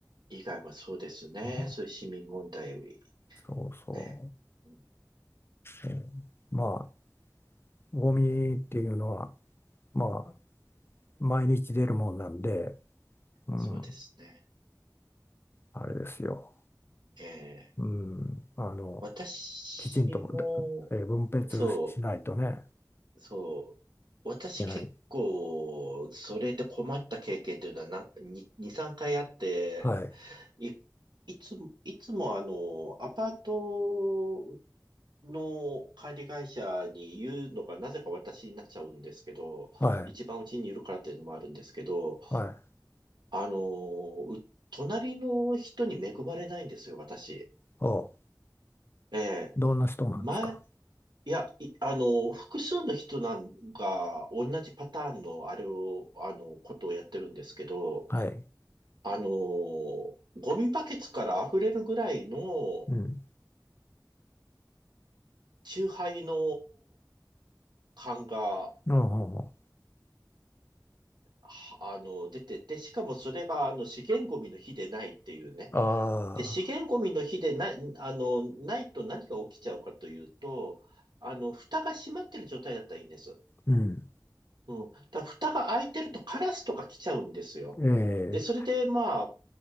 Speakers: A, on the right; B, on the left.
A: 以外はそうですね。
B: ね
A: そういう市民問題より
B: そうそ
A: ね。うん、
B: う。ええまあ、ゴミっていうのは、まあ、毎日出るもんなんで、うん、
A: そうですね。
B: あれですよ。
A: ええ、
B: うん、あの、
A: 私も、
B: きちんと、だえー分別しないとね、
A: そう、そう。私結構、
B: いけない。
A: それで困った経験というのはなんか2、3回あって、
B: はい、
A: い、いつも、いつもあの、アパートの管理会社に言うのがなぜか私になっちゃうんですけど、
B: はい、
A: 一番うちにいるからっていうのもあるんですけど、
B: はい。
A: あの、う隣の人に恵まれないんですよ、私。
B: お、
A: ええ。
B: どんな人なんですか
A: 前、いや、い、あの、複数の人なんが同じパターンのあれを、あの、ことをやってるんですけど、
B: はい。
A: あの、ゴミバケツから溢れるぐらいの
B: うん。
A: 酎ハイの缶が、
B: うん、うん、
A: はあの、出てて、しかもそれが、あの、資源ゴミの日でないっていうね。
B: ああ
A: で、資源ゴミの日でない、あの、ないと何が起きちゃうかというと、あの、蓋が閉まってる状態だったらいいんです。
B: ー、うん。
A: うん。だから蓋が開いてるとカラスとか来ちゃうんですよ。
B: え
A: で、それで、まあ、